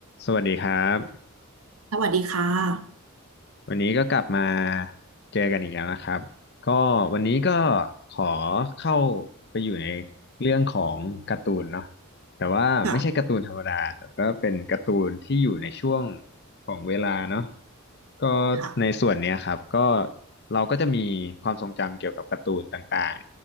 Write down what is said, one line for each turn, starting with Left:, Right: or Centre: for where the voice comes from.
Left: สวัสดีครับ
Right: สวัสดีค่ะ
Left: วันนี้ก็กลับมาเจอกันอีกแล้วนะครับก็วันนี้ก็ขอเข้าไปอยู่ในเรื่องของการ์ตูนเนาะแต่ว่าไม่ใช่การ์ตูนธรรมดาแต่ก็เป็นการ์ตูนที่อยู่ในช่วง
Right: ค่ะ
Left: ของเวลาเนาะก็
Right: ค่ะ
Left: ในส่วนเนี้ยครับก็เราก็จะมีความทรงจำเกี่ยวกับการ์ตูนต่าง